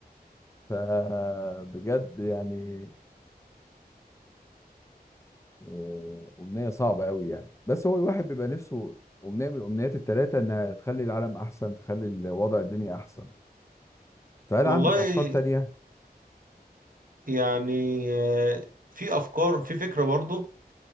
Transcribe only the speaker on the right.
والله
يعني آه، في افكار في فكره برضو